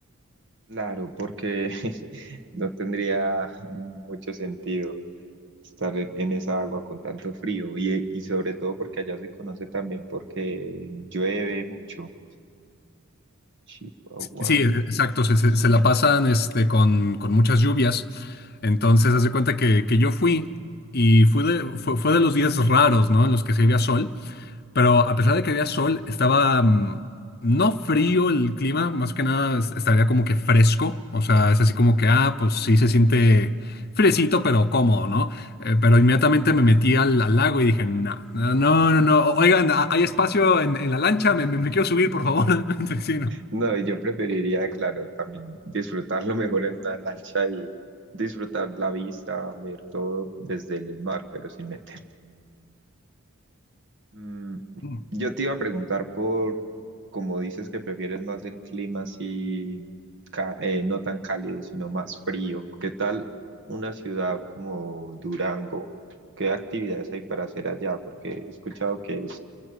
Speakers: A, on the right; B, on the left.
A: claro, porque <laughs> no tendría mucho sentido. estar en, en esa agua con tanto frío y, y sobre todo porque allá se conoce también porque llueve mucho. Chihuahua.
B: Sí, exacto, se, se-
A: Sonora.
B: se la pasan este, con, con muchas lluvias. Entonces, haz de cuenta que, que yo fui y fui de- fue, fue de los días raros, ¿no? En los que sí había sol, pero a pesar de que había sol, estaba mm, no frío el clima, más que nada es- estaría como que fresco, o sea, es así como que, ah, pues sí se siente fresito, pero cómodo, ¿no? Eh, pero inmediatamente
A: Mm.
B: me metí al, al lago y dije, no, no, no, no, no, oigan, ¿hay espacio en, en la lancha? Me, me- me quiero subir, por favor. <laughs> Sí,
A: No, y yo preferiría, claro, también disfrutarlo mejor en una lancha y disfrutar la vista, ver todo desde el mar, pero sin meterme Mm,
B: no.
A: yo te iba a preguntar por, como dices que prefieres más el clima así, ca- eh, no tan cálido, sino más frío. ¿Qué tal una ciudad como Durango? ¿Qué actividades hay para hacer allá? Porque he escuchado que es,